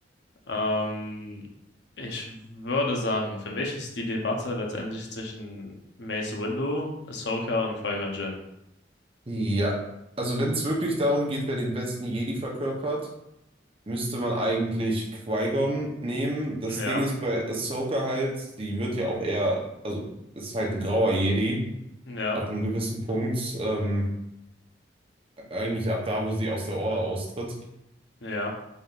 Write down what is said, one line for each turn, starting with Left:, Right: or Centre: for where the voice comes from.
Left: Ähm, Ich würde sagen, für mich ist die Debatte letztendlich zwischen Mace Windu, Ahsoka und Qui-Gon Jinn.
Right: Ja, also wenn es wirklich darum geht, wer den besten Jedi verkörpert, müsste man eigentlich Qui-Gon nehmen. Das
Left: Ja,
Right: Ding ist bei Ahsoka halt, die wird ja auch eher, also ist halt ein grauer Jedi
Left: ja,
Right: ab einem gewissen Punkt, ähm, eigentlich ab da, wo sie aus der Order austritt.
Left: ja,